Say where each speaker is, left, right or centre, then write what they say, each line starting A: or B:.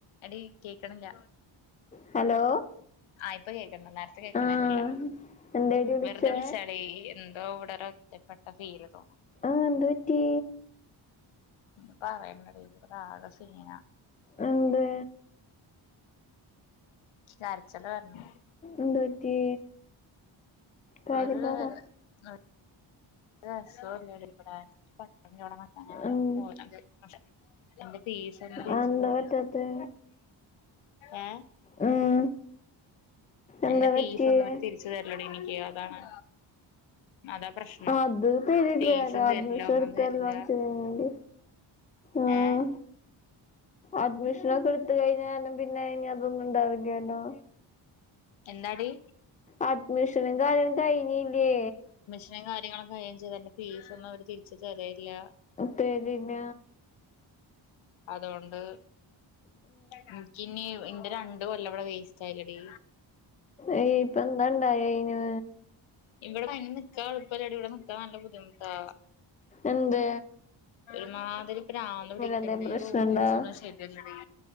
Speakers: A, on the left; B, on the left.
A: ആടി കേക്കണില്ല
B: ഹലോ
A: ആഹ് ഇപ്പൊ കേൾക്കണ്ട് നേരത്തെ കേൾക്കണണ്ടായിരുന്നില്ല
B: ആഹ് എന്തേടി വിളിച്ചേ
A: വെറുതെ വിളിച്ചെയാടി എന്തോ ഇവിടെ ഒരു ഒറ്റപ്പെട്ട ഫീല് തോന്നുന്നു
B: ആഹ് എന്ത്‌ പറ്റി
A: ഒന്നും പറയേണ്ടടി ഇവിടെ ആകെ സീന
B: എന്തേ
A: കരച്ചില് വരണ്
B: എന്ത് പറ്റി കാര്യം
A: ഒരു
B: പറ
A: ഒരു രസവും ഇല്ല ടീ ഇവടെ എനിക്ക് പറ്റണില്ല ടീ ഞാന് അവന്ന്
B: ഉം
A: പോന്നത് എന്റെ <unintelligible> ടീച്ചറും
B: അതെന്താ
A: എല്ലാം
B: പറ്റാത്തെ
A: ഏഹ്
B: ഉം എന്താ
A: എന്റെ ഫീസ്ഒന്നും
B: പറ്റിയേ
A: അവര് തിരിച്ചു തരില്ലടി എനിക്ക് അതാണ് അതാ പ്രശ്നം
B: അത് തരില്ലാടാ
A: ഫീസും തരില്ല
B: അഡ്മിഷൻ
A: ഒന്നും
B: എടുത്തല്ലോ
A: തരില്ല
B: ചെയ്യണ്ട് ആഹ്
A: ഏഹ്
B: അഡ്മിഷനൊക്കെ എടുത്ത് കഴിഞ്ഞാലും പിന്നെ അയിന് അതൊന്നും ഉണ്ടാവൂല്യാല്ലോ
A: എന്താടി
B: അഡ്മിഷനും കാര്യങ്ങളും കഴിഞ്ഞില്ലേ
A: അഡ്മിഷനും കാര്യങ്ങളൊക്ക കഴിയേം ചെയ്ത് എന്റെ ഫീസൊന്നും അവര് തിരിച്ചു തരയില്ല
B: തരില്ല
A: അതുകൊണ്ട് എനിക്കിനി എന്റെ രണ്ട് കൊല്ലം ഇവിടെ വേസ്റ്റ് ആയില്ലെടി
B: ഏഹ് ഇപ്പന്താണ്ടായേ അയിന്
A: ഇവിടെ അങ്ങനെ നിക്കാ എളുപ്പം അല്ലെടി ഇവിടെ നിക്കാൻ നല്ല ബുദ്ധിമുട്ടാ
B: എന്തേ
A: ഒരുമാതിരി പ്രാന്ത് പിടിക്കുന്നെടി
B: എന്തേലും പ്രശ്നണ്ടാ
A: റൂം മേറ്റ്സ് ഒന്നും ശരിയല്ലെടി